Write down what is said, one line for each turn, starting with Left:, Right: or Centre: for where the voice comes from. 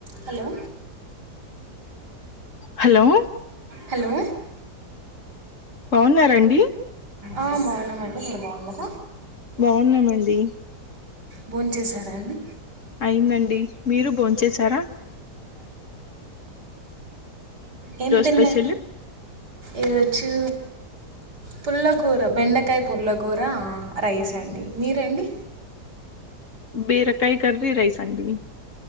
Right: Hello
Left: hello
Right: hello
Left: బావున్నారండి
Right: ఆ బావున్నామండి మీర్ బావున్నర
Left: బావున్నామండి
Right: బోన్ చేసారాండి
Left: అయిందండి మీరు భోంచేశారా
Right: ఎం తిన్నె
Left: స్పెషల్
Right: ఈరోజు పుల్లకుర బెండకాయ పుల్లగూర రైస్ అండి మీరండి
Left: బిరకాయి కర్రీ రైసండి